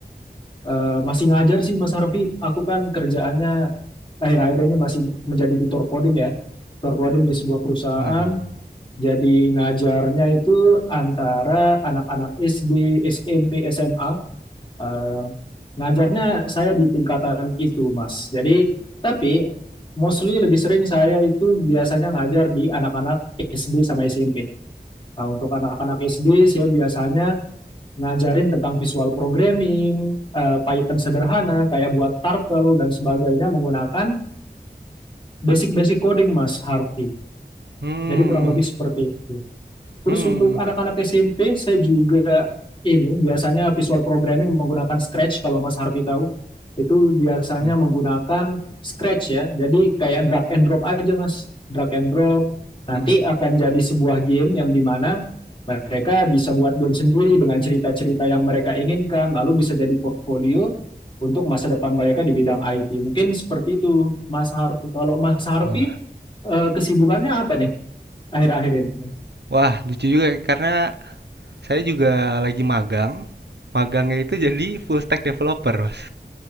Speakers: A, on the left; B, on the right.
A: eh, masih ngajar sih Mas Arfi. Aku kan kerjaannya akhir-akhir ini masih menjadi tutor coding ya. Tutor coding di sebuah perusahaan.
B: Waduh.
A: Jadi ngajarnya itu antara anak-anak SD, SMP, SMA. Eh, ngajarnya saya di tingkatan itu, Mas. Jadi, tapi mostly lebih sering saya itu biasanya ngajar di anak-anak SD sama SMP. Nah, untuk anak-anak SD, saya biasanya ngajarin tentang visual programming, eh, Python sederhana, kayak buat turtle dan sebagainya menggunakan basic-basic coding, Mas Harvey.
B: Hmm,
A: Jadi kurang lebih seperti itu. Terus
B: hmm,
A: untuk anak-anak SMP, saya juga ini biasanya visual programming menggunakan Scratch kalau Mas Harvey tahu. Itu biasanya
B: hmm, hmm.
A: menggunakan Scratch ya. Jadi kayak drag and drop aja Mas. Drag and drop. Nanti
B: hmm.
A: akan jadi sebuah game yang dimana mereka bisa buat game sendiri dengan cerita-cerita yang mereka inginkan. Lalu bisa jadi portfolio untuk masa depan mereka di bidang IT. Mungkin seperti itu Mas Harvey. Kalau Mas Harvey,
B: Wah,
A: eh, kesibukannya apa nih akhir-akhir ini?
B: wah lucu juga ya, karena saya juga lagi magang. Magangnya itu jadi full stack developer, Mas.